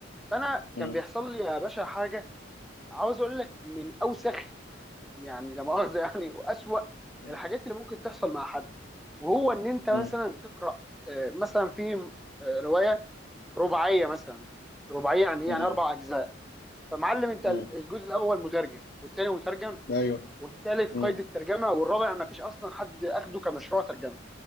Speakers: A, in the centre; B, on the left (about 50°).
A: فانا
B: م-
A: كان بيحصل لي يا باشا حاجه عاوز اقول لك من اوسخ يعني لا مؤاخذه <laughs> يعني واسوأ
B: م-
A: الحاجات اللي ممكن تحصل مع حد وهو ان انت مثلا
B: م-
A: تقرا آه، مثلا في آه، روايه رباعيه مثلا رباعيه يعني ايه
B: م.
A: يعني اربع اجزاء فمعلم انت
B: م.
A: الجزء الاول مترجم والثاني مترجم
B: ايوه
A: والثالث
B: مم.
A: قيد الترجمه والرابع ما فيش اصلا حد اخده كمشروع ترجمه